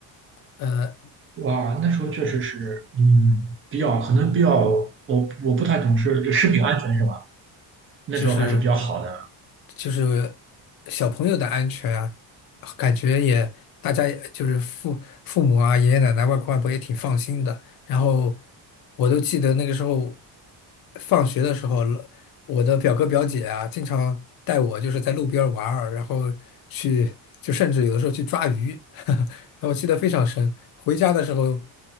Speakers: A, on the left; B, on the right.
A: 呃，
B: 哇，那时候确实是，嗯，比较可能比较，我我不太懂事，就食品安全是吧？那时候还是比较好的
A: 就是就是小朋友的安全啊，感觉也大家也就是父父母啊、爷爷奶奶、外公外婆也挺放心的。然后我都记得那个时候放学的时候，我的表哥表姐啊，经常带我就是在路边儿玩儿，然后去就甚至有的时候去抓鱼，<laughs> 然后我记得非常深。回家的时候，